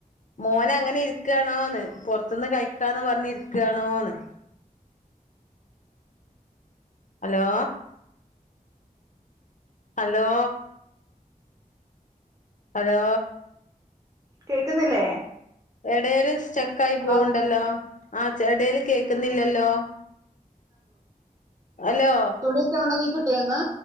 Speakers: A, on the left; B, on the right.
A: മോനങ്ങനെ ഇരിക്കണോന്ന് പുറത്തുന്ന് കഴിക്കാന്ന് പറഞ്ഞ് ഇരിക്കണോന്ന്? ഹലോ ഹലോ ഹലോ
B: കേക്കുന്നില്ലേ?
A: ഇടേല് സ്റ്റക്കായി
B: ഹലോ
A: പോവണ്ടല്ലോ ആ ഇടേല് കേ ക്കുന്നില്ലല്ലോ ഹലോ
B: തുണീക്കെ ഉണങ്ങി കിട്ടിയോ ഇന്ന്